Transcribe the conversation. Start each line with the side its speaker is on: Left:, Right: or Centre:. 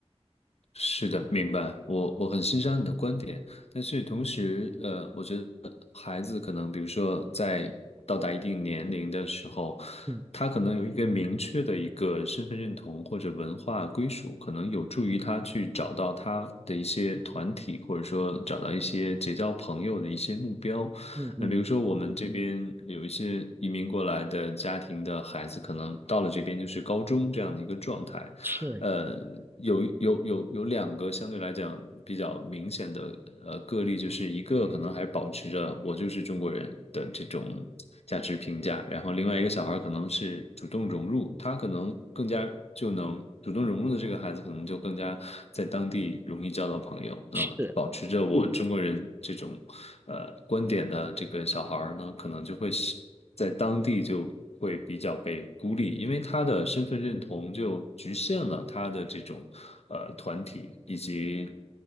Left: 是的，明白。我我很欣赏你的观点，但是同时，呃，我觉得孩子可能，比如说在到达一定年龄的时候，
Right: 嗯
Left: 他可能有一个明确的一个身份认同或者文化归属，可能有助于他去找到他的一些团体，或者说找到一些结交朋友的一些目标。
Right: 嗯嗯，
Left: 那比如说我们这边有一些移民过来的家庭的孩子，可能到了这边就是高中这样的一个状态。
Right: 是
Left: 呃，有有有有两个相对来讲比较明显的呃个例，就是一个可能还保持着我就是中国人的这种价值评价，然后另外一个小孩可能是主动融入，他可能更加就能主动融入的这个孩子，可能就更加在当地容易交到朋友，嗯，
Right: 是
Left: 保持着我中国人这种呃观点的这个小孩呢，可能就会是。在当地就会比较被孤立，因为他的身份认同就局限了他的这种呃团体以及